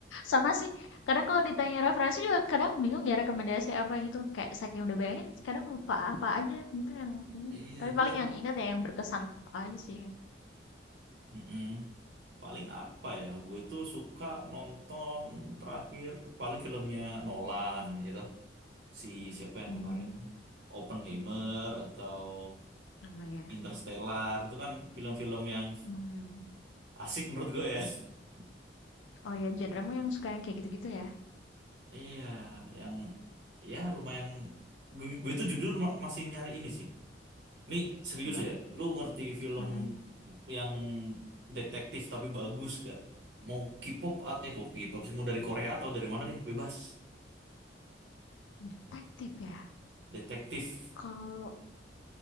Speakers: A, on the left (about 85°); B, on the right (about 65°).
A: Sama sih, kadang kalau ditanya referensi juga kadang bingung ya rekomendasi apa gitu, kayak saking udah bayangin kadang lupa apa aja gitu yang ini.
B: Iya
A: Tapi
B: gue,
A: paling yang ingat ya yang berkesan aja sih.
B: mm-mm. Paling apa ya? Gue tuh suka nonton terakhir paling filmnya Nolan gitu. Si siapa yang
A: Mhm.
B: kemarin Oppenheimer atau
A: Oh ya.
B: Interstellar itu kan film-film yang
A: Hmm.
B: asik menurut gue ya. <laughs>
A: Oh ya, genremu yang suka yang kayak gitu-gitu ya?
B: Iya, yang ya lumayan. Gue, gue itu jujur ma- masih nyari ini sih. Ini serius
A: Apa?
B: ya. Lu ngerti film
A: Mm-mm.
B: yang detektif tapi bagus gak? Mau K-pop at- eh kok K-pop sih mau dari Korea atau dari mana deh? Bebas.
A: Detektif ya.
B: Detektif.
A: Kalau